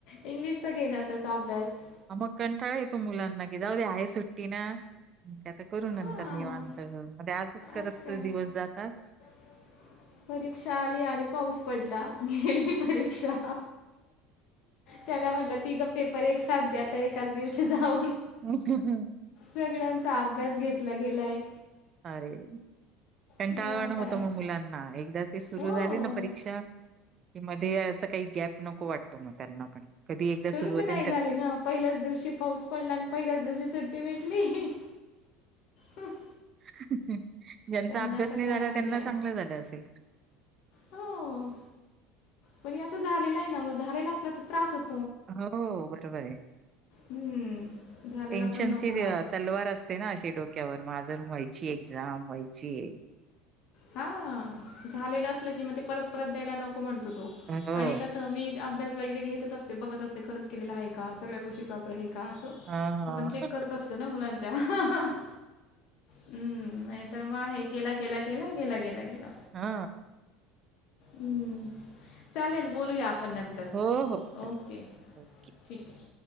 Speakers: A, on the left (about 60°); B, on the right (about 40°).
A: इंग्लिशचा घेणार त्याचा अभ्यास.
B: आ म कंटाळा येतो मुलाना, की जाऊ दे, हाय सुट्टी ना. म आता करू
A: हां
B: नंतर निवांत. करत
A: आज काय
B: तर दिवस जातात.
A: <unintelligible> परीक्षा आली आणि पाऊस पडला, गेली परीक्षा. त्याला म्हटलं, तिगं पेपर एक साथ द्या, आता एकाच दिवशी जाऊन.
B: <unintelligible>
A: सगळ्यांचा अभ्यास घेतला गेलाय.
B: अरे, कंटाळवाणं
A: मग काय
B: होतं मग मुलांना. एक ते सुरू
A: हो
B: झाले ना परीक्षा, कि मध्ये असं काही गॅप नको वाटतो, मग त्यांना पण. कधी एकदा
A: सुरूच
B: सुरू होते.
A: नाही झाली ना. पहिल्याच दिवशी पाऊस पडला, न पहिल्याच दिवशी सुट्टी भेटली. <unintelligible>
B: <unintelligible> ज्यांचा
A: त्यांना
B: अभ्यास
A: तर
B: नाही
A: काय
B: झाला,
A: मजा
B: त्यांना
A: आहे
B: चांगलं झालं असेल.
A: हो पण याच झालेलं आहे ना. मग झालेला असला तर त्रास होत
B: हो बरोबर आहे.
A: हम्म झालेला
B: टेन्शनची
A: पण नको मग
B: अ तलवार असते ना, अशी डोक क्यावर. अजून व्हायची एक्झाम, व्हायचीय.
A: हा, झालेलं असलं कि मग, ते परत- परत द्यायला नको म्हण तो.
B: हो
A: आणि कस, मी अभ्यास वगैरे घेतच असते. बघत असते, खरच केलेला हाय का? सगळ्या गोष्टी प्रॉपर हाय का? असं
B: ह ह
A: आपण चेक करत असतो ना मुलांच्या <unintelligible> हम्म, नाही तर मग, आहे केला, केला, केला. गेला, गेला, गेला.
B: ह
A: हम्म, चालेल. बोलूया, आपण नंतर.
B: हो हो चालेल
A: ओके
B: ओके.
A: ठीकय.